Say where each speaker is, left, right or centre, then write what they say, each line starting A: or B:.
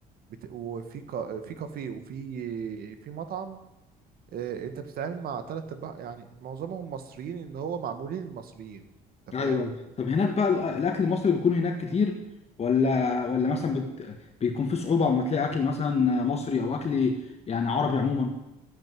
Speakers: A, on the right; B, on the left.
A: بت... وفي كا... في كافيه وفي في مطعم آه انت بتتعامل مع تلات ارباع يعني معظمهم مصريين ان هو معمولين المصريين انت
B: ايوه
A: فاهم
B: طب هناك بقى ال- الاكل المصري بيكون هناك كتير ولا ولا مثلا بت... بيكون في صعوبه لما تلاقي اكل مثلا مصري او اكل يعني عربي عموما